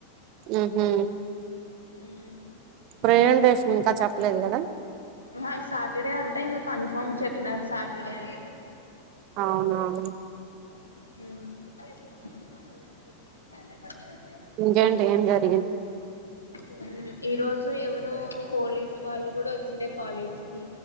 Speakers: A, on the right; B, on the left.
A: ఉహు
B: ఊ
A: ప్రజెంటేషన్ ఇంకా చెప్పలేదు కదా
B: అహ సాటర్డే అం అంటె ఇంక కన్ఫర్మ్ చెప్పినారు సాటర్డే అని
A: అవునవును
B: ఊ
A: ఇంకేంటి ఏం లేద్
B: ఊ ఈ రోజు ఎవరు రో పోలీస్ వాళ్ళు కూడా వచ్చిండే కాలేజ్ కి